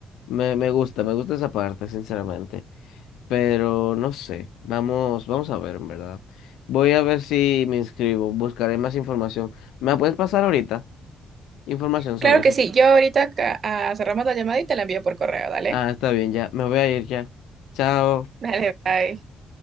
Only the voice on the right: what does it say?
Claro
que sí, yo ahorita ca- ah, cerramos la llamada y te la envío por correo, dale.
<laughs> Dale, bye.